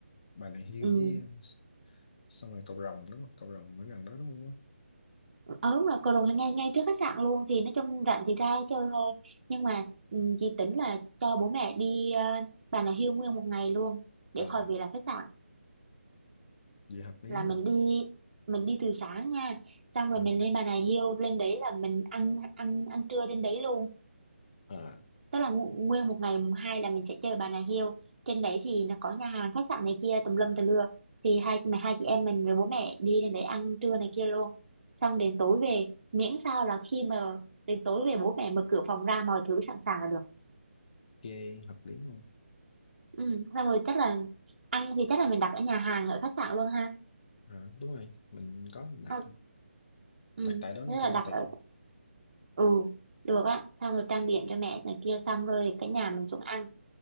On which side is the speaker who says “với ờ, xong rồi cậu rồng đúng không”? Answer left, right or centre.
Left